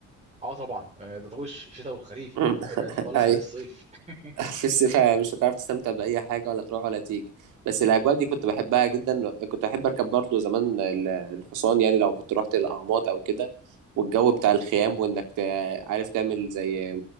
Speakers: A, on the right; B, on the right.
A: اه طبعا آه، ده طبعا شتاء وخريف
B: <laughs>
A: انت ابعد خالص على الصيف <laughs>
B: في الصيف مش هتعرف تستمتع بأي حاجة ولا تروح ولا تيجي بس
A: لا
B: الأجواء
A: لا
B: دي كنت بحبها جدا كنت أحب أركب برضو زمان ال- الحصان يعني لو كنت رحت الأهرامات أو كده والجو بتاع الخيام وإنك تع- عارف تعمل زي